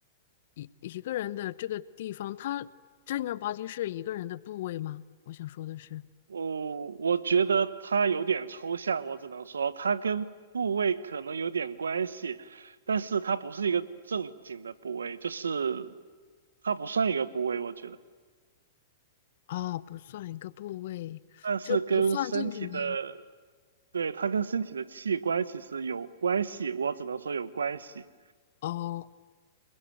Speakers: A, on the left; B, on the right.
A: 一一个人的这个地方，它正儿八经是一个人的部位吗？我想说的是，
B: 我我觉得他有点抽象，我只能说他跟部位可能有点关系，但是它不是一个正经的部位，就是它不算一个部位，我觉得。
A: 哦，不算一个部位，
B: 但是跟身体的，
A: 这不算正经的
B: 对，它跟身体的器官其实有关系，我只能说有关系，
A: 哦。